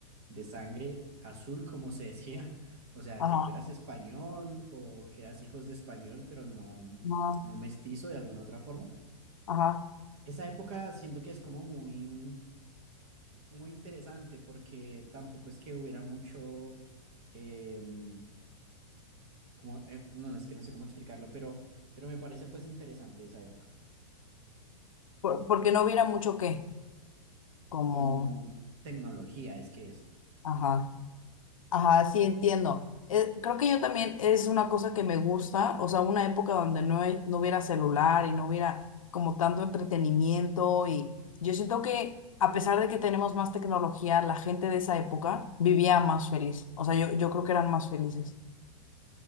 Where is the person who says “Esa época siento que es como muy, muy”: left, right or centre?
Right